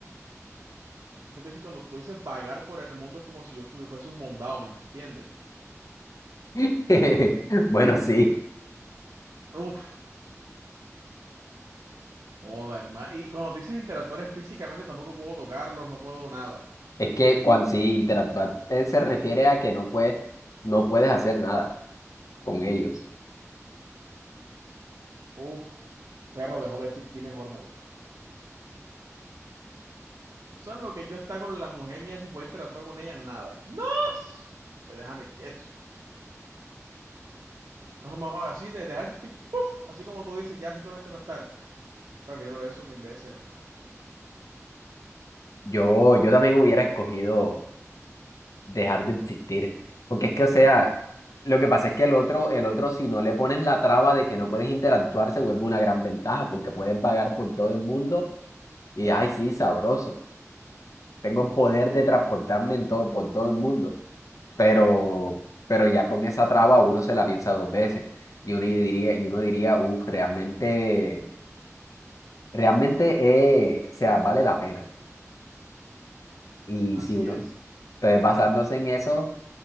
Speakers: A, on the right; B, on the left.
A: es que tú dices, cuando tú dices vagar por el mundo es como si yo estuviese fuese un mondado, ¿me entiendes?
B: <laughs> Bueno, sí.
A: Uf, joda, hermano. Y cuando te dices interactuar es físicamente, tampoco puedo tocarlos, no puedo nada.
B: Es que cuando sí interactuar eh, se refiere a que no puedes, no puedes hacer nada con ellos.
A: Uf, perro, dejó de existir mejor, marica. ¿Sabes lo que yo está con la mujer mía sin poder interactuar con ella? Nada. ¡No! Ve, Déjame quieto. No me jodas, así de dejar ese tipo, ¡puf! así como tú dices, ya simplemente no estar. Prefiero eso mil veces, hermano.
B: Yo, yo también hubiera escogido dejar de existir. Porque es que, o sea, lo que pasa es que el otro, el otro, si no le pones la traba de que no puedes interactuar, se vuelve una gran ventaja, porque puedes vagar por todo el mundo y ay, sí, sabroso. Tengo el poder de transportarme en todo, por todo el mundo. Pero, pero ya con esa traba uno se la piensa dos veces. Y uno diría, y uno diría, uff, realmente. realmente, eh, o sea, vale la pena. Y
A: Así
B: si uno,
A: es.
B: entonces basándose en eso,